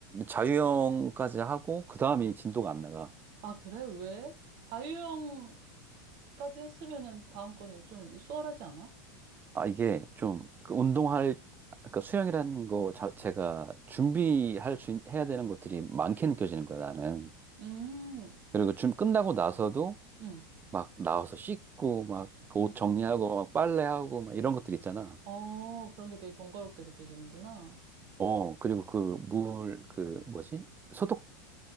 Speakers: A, on the right (about 20°); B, on the right (about 50°).
A: 자유형까지 하고, 그 다음이
B: 어.
A: 진도가 안 나가.
B: 아, 그래? 왜? 자유형까지 했으면은 다음 거는 좀 수월하지 않아?
A: 아, 이게 좀그 운동할, 그러니까 수영이라는 거 자체가 준비할 수, 있- 해야 되는 것들이 많게 느껴지는 거야, 나는.
B: 음,
A: 그리고 좀 끝나고 나서도
B: 음,
A: 막 나와서 씻고, 막 옷
B: 음.
A: 정리하고, 막 빨래하고, 막 이런 것들 있잖아.
B: 어, 그런 게 되게 번거롭게 느껴지는구나.
A: 어, 그리고 그 물, 그 뭐지? 소독제